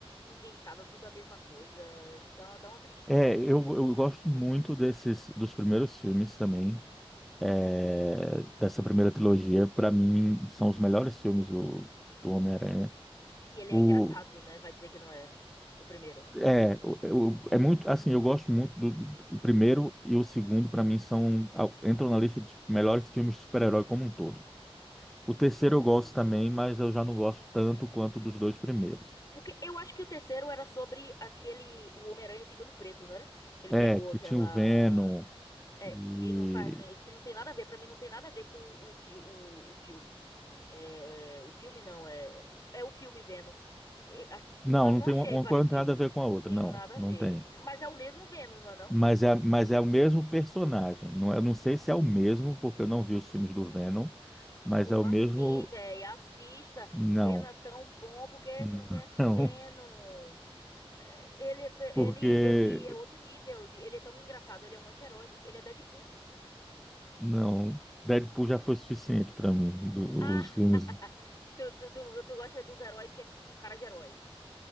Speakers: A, on the left; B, in the centre.
A: inventada, tudo a mesma coisa. Dá, dá uma tristeza,
B: É, eu,
A: <laughs>
B: eu
A: dá uma
B: gosto
A: tristeza.
B: muito desses dos primeiros filmes também, é,
A: Hum.
B: dessa primeira trilogia. Para mim, são os melhores filmes do, do Homem-Aranha.
A: E ele
B: O,
A: é engraçado, né? Vai dizer que não é o primeiro.
B: é, o- eu- é muito assim, eu gosto muito do, do primeiro e o segundo. Para mim, são ao- entram na lista dos melhores filmes de super-herói como um todo. O terceiro
A: Sim.
B: eu gosto também, mas eu já não gosto tanto quanto dos dois primeiros.
A: Porque eu acho que o terceiro era sobre aquele, o Homem-Aranha ficando preto, não era? Que ele
B: É,
A: pegou
B: que
A: aquela
B: tinha o Venom
A: É,
B: e
A: que não faz, ne- que não tem nada a ver, pra mim não tem nada a ver com o, fi, o, o filme. É, é, o filme não, é, é o filme Venom. É, a- não,
B: não,
A: a-
B: não
A: não
B: tem
A: achei
B: uma, uma
A: parecido,
B: coisa não tem nada a ver
A: não
B: com a outra,
A: tem
B: não,
A: nada a
B: não
A: ver.
B: tem.
A: Mas é o mesmo Venom, não é não?
B: Mas é, mas é o mesmo personagem. Não, é, eu não sei se é o mesmo, porque eu não vi os filmes do Venom, mas
A: Como
B: é o mesmo.
A: assim, véi? Assista,
B: Não,
A: Venom é tão bom, por que
B: <laughs>
A: você não quer assistir
B: não,
A: Venom? É, Ele, é t-
B: porque
A: ele, ele é outro nível, de- ele é tão engraçado, ele é um anti-herói, ele é Deadpool.
B: não. Deadpool já foi suficiente para mim, do-
A: Ah,
B: os filmes.
A: <laughs> tu, tu, tu, tu gosta dos heróis que é com cara de herói.